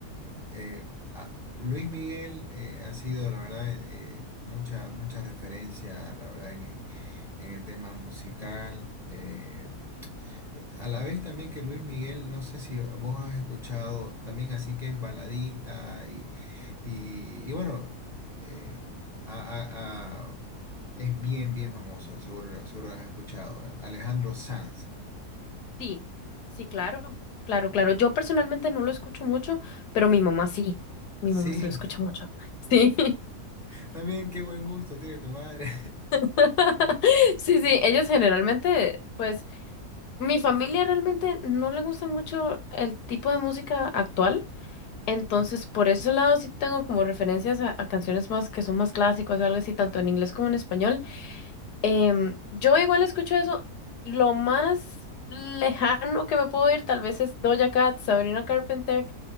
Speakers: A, on the left (about 25°); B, on the left (about 85°).
A: eh, a- Luis Miguel eh, ha sido, la verdad, eh, mucha, mucha referencia, la verdad, en, el en el tema musical. eh, A la vez también que Luis Miguel, no sé si vos has escuchado, también así que es baladista y, y, y bueno, eh, a- a- a- es bien, bien famoso, seguro, lo- seguro lo has escuchado, eh, Alejandro Sanz.
B: Sí, sí, claro, claro, claro. Yo personalmente no lo escucho mucho, pero mi mamá sí, mi
A: Sí,
B: mamá sí lo escucha mucho. Sí,
A: <laughs> también qué buen gusto tiene tu madre.
B: <laughs> sí, sí, ellos generalmente, pues, mi familia realmente no le gusta mucho el tipo de música actual, entonces
A: <laughs>
B: por ese lado sí tengo como referencias a, a canciones más que son más clásicas o algo así, tanto en inglés como en español. Em, yo igual escucho eso, lo más lejano que me puedo ir tal vez es Doja Cat, Sabrina Carpenter.